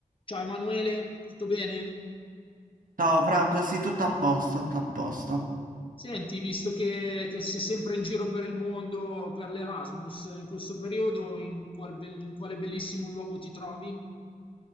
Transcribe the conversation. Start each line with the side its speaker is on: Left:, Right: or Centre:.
Left: Ciao Emanuele, tutto bene?
Right: Ciao Franco, sì, tutto a posto, tutto a posto.
Left: Senti, visto che, che sei sempre in giro per il mondo, per l'Erasmus, in questo periodo in, qual be- in quale bellissimo luogo ti trovi?